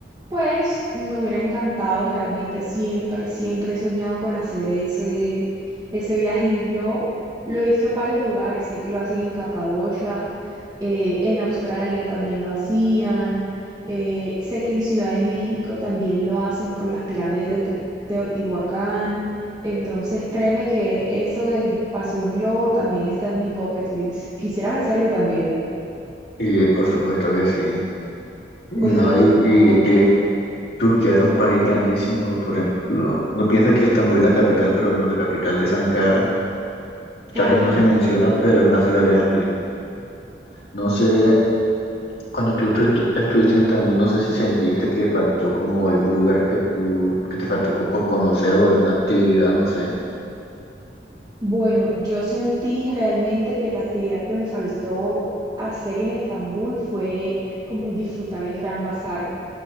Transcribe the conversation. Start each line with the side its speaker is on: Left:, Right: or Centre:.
Right: pues me hubiera encantado, realmente siempre, siempre he soñado con hacer eso, y ese viaje en globo. Lo he visto en varios lugares, sé que lo hacen en Capadocia, eh, en Australia también lo hacían, eh, sé que en Ciudad de México también lo hacen por las pirámides de Te- Teotihuacán. Entonces, créeme que eso del paseo en globo también está en mi bucket list. ¿Quisieras hacerlo también?
Left: Y por supuesto que sí. No,
Right: Bueno, de pronto,
Left: y, y es que Turquía es un país grandísimo, por ejemplo, uno piensa que Estambul es la capital, pero no, la capital es Ankara. Casi
Right: ajá.
Left: no se menciona, pero es una ciudad grande. No sé, cuando tú, tú estu- estuviste en Estambul, no sé si sentiste que faltó como algún lugar que tú, que te faltó co- por conocer o alguna actividad, no sé.
Right: Bueno, yo sentí realmente que la actividad que me faltó hacer en Estambul fue como disfrutar el Gran Bazar.